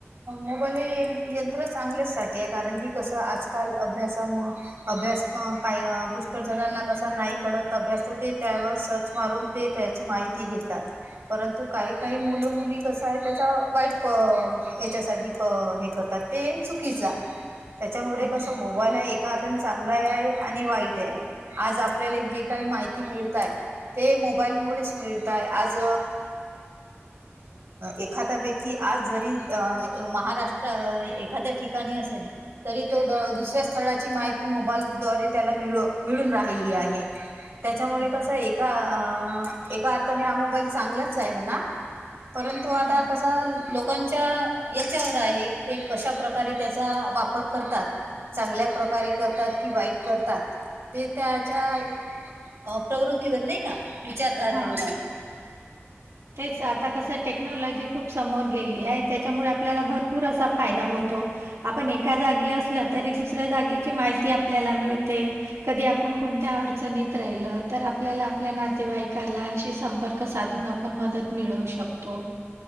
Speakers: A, on the right (about 65°); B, on the right (about 80°).
A: मोबाईल हे यंत्र चांगल्याचसाठी आहे कारण की कसं आजकाल अभ्यासामुळ अभ्यास अ काय पुष्कळ जणांना कसा नाही कळत अभ्यास तर ते त्यावर सर्च मारून ते त्याची माहिती घेतात परंतु काही काही मुल मुली कस आहे त्याचा वाईट ह्याच्यासाठी अ हे करतात ते चुकीचं त्याच्यामुळे
B: हं,
A: कस मोबाईल हा एका अर्थाने चांगलाही आहे आणि वाईटही आहे आज आपल्याले
B: हं,
A: जे काही माहिती मिळताय ते मोबाईल मुळेच मिळताय आज एखादा व्यक्ती आज जरी महाराष्ट्र एखाद्या ठिकाणी असेन तरी तो दुसऱ्या स्थळाची माहिती मोबाईल द्वारे त्याला मिळू मिळून राहिली आहे त्याच्यामुळे
B: हं.
A: कस का एका अर्थाने हा मोबाईल चांगलाच आहे म्हणा परंतु आता
B: हं.
A: कसं लोकांच्या याच्यावर आहे ते कशा प्रकारे त्याचा वापर करतात चांगल्या प्रकारे करतात कि वाईट करतात ते त्याच्या अ प्रवृत्तीवर नाही का विचारधारणीवर
B: हां.
A: आहे
B: तेच आता कसं टेक्नॉलॉजी खूप समोर गेली आहे त्याच्यामुळे आपल्याला भर पूर असा फायदा होतो आपण एका जागी असल तरी दुसऱ्या जागेची माहिती आपल्याला मिळते. कधी आपण कोणत्या अडचणीत राहिल तर आपल्याला आपल्या नातेवाईकाला अशी संपर्क साधून आपण मदत मिळवू शकतो.